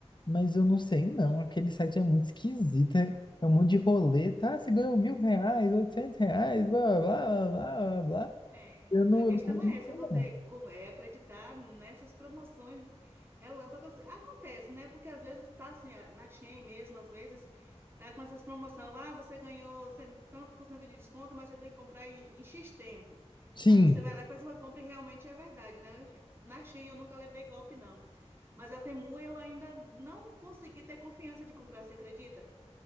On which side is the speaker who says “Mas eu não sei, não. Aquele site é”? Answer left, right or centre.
Left